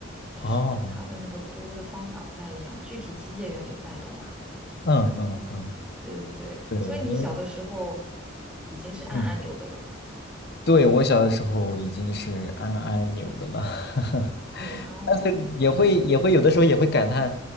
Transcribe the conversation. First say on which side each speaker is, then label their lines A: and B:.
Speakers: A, in the centre; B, on the left.
A: 只是它的那个拨的方法不太一样，
B: 哦，
A: 具体机械原理不太懂啊。
B: 嗯嗯嗯，
A: 对对对，
B: 对，
A: 所以你小的时候
B: 因为
A: 已经是按按钮的了。
B: 嗯。对，我小的时候已经是按按钮的了，<laughs>
A: 对，然后，
B: 但是也会也会有的时候也会感叹
A: 嗯